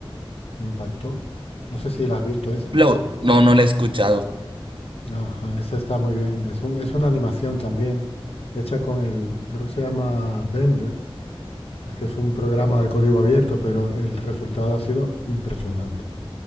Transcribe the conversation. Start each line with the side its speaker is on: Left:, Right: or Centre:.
Left: me impactó. No sé si la has visto esa.
Right: Flow, no, no la he escuchado.
Left: Ajá, esa está muy bien. Es, un- es una animación también, hecha con el, creo que se llama Blender. Es que es un programa de código abierto, pero el resultado ha sido impresionante.